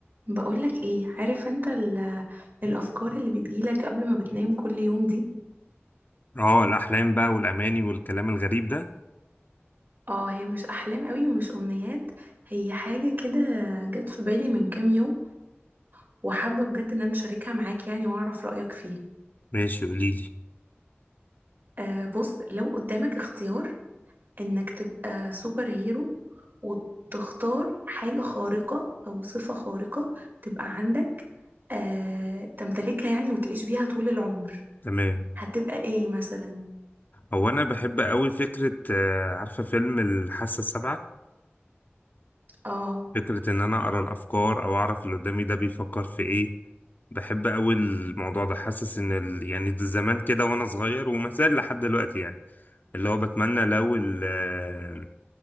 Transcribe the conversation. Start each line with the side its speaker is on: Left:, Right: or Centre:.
Right: بقولك ايه عارف انت ال- الافكار اللي بتجيلك قبل ما بتنام كل يوم دي
Left: اه الاحلام بقى والاماني والكلام الغريب ده
Right: اه هي مش احلام قوي ومش امنيات هي حاجة كده جت في بالي من كام يوم وحابة بجد ان انا اشاركها معاك يعني واعرف رأيك فيها
Left: ماشي قولي لي
Right: آه بص لو قدامك اختيار انك تبقى سوبر هيرو وتختار حاجة خارقة او صفة خارقة تبقى عندك آه تمتلكها يعني وتعيش بيها طول العمر
Left: تمام
Right: هتبقى ايه مثلا
Left: هو انا بحب قوي فكره آه، عارفه فيلم الحاسه السابعه
Right: اه
Left: فكره ان انا اقرا الافكار او اعرف اللي قدامي ده بيفكر في ايه بحب قوي الموضوع ده حاسس ان ال... يعني ده زمان كده وانا صغير وما زال لحد دلوقتي يعني اللي هو بتمنى لو ال... آه،